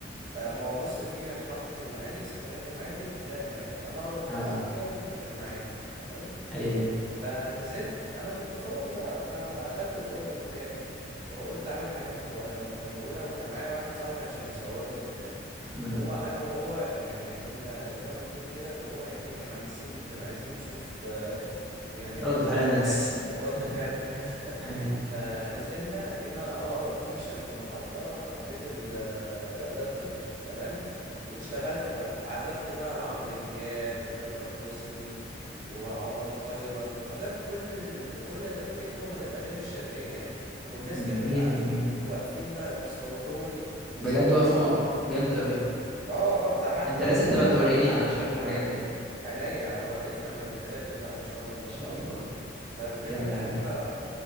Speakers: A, on the right (about 45°); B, in the centre.
A: آه، ما هو بص في محطه المعادي في سكنات المعادي وحدائق المعادي انا اقرب محطه
B: اه
A: فيهم كانت المعادي تمام
B: ايوه
A: فنزلت انا كنت فاضي بقى فاخدت الأورج بتاعي وقلت اعمل حاجه متوه- متهوره وكان معايا واحد صاحبي عشان يصورني وبتاع
B: امم
A: هو انا وهو يعني كنا زي ما بتقول كده اللي هو ايه متحمسين جدا عايزين نشوف آه، <laughs> يعني آراء
B: رد فعل ناس
A: الناس ورد فعل
B: <laughs>
A: الناس فاهم
B: ايوه
A: آه نزلنا لقينا أقرب فيشة في المحطة حطيت ال- آه، الأدابتر تمام واشتغلت بقى عزفت بقى لعمرو دياب وتامر حسني وعمر خيرت عزفت كل ال- كل اللي افتكره من الأغاني الشرقية يعني والناس كانت
B: جميل جميل
A: واقفين بقى بيصوروني ويسقفوا
B: بجد وقفوا جامد قوي
A: اه اه ده حتى
B: انت
A: أقول
B: لازم
A: لك
B: تبقى
A: على
B: توريني
A: حاجة.
B: على فكرة الحاجات دي ان
A: عينيا هوريك لما نتقابل بقى إن شاء الله
B: شاء الله
A: فالفكرة
B: كامل
A: في
B: يا حبيبي
A: إيه بقى